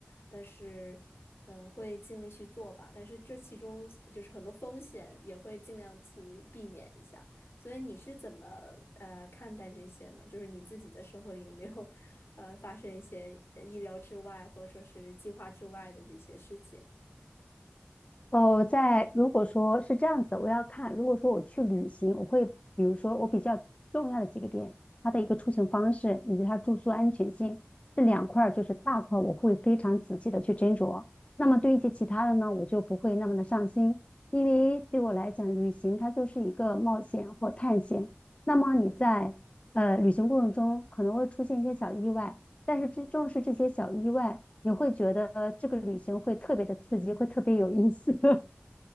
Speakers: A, on the left (about 70°); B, on the left (about 30°).
A: 但是，呃，会尽力去做吧。但是这其中就是很多风险，也会尽量去避免一下。所以你是怎么呃看待这些呢？就是你自己的生活里有没有呃发生一些呃意料之外，或者说是计划之外的这些事情？
B: 哦，在如果说是这样子的，我要看。如果说我去旅行，我会比如说我比较重要的几个点，它的一个出行方式以及它住宿安全性这两块，就是大块，我会非常仔细的去斟酌。那么对一些其他的呢，我就不会那么的上心，因为对我来讲，旅行它就是一个冒险或探险。那么你在呃旅行过程中可能会出现一些小意外，但是这正是这些小意外。你会觉得这个旅行会特别的刺激，会特别有意思。<laughs>